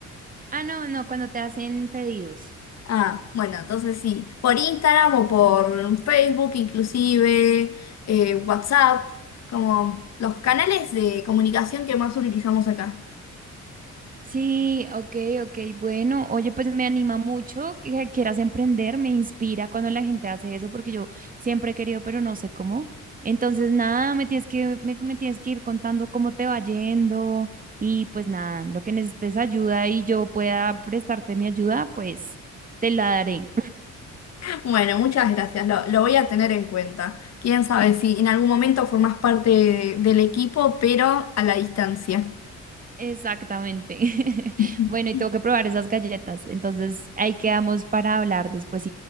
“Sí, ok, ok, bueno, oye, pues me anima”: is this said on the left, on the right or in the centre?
Right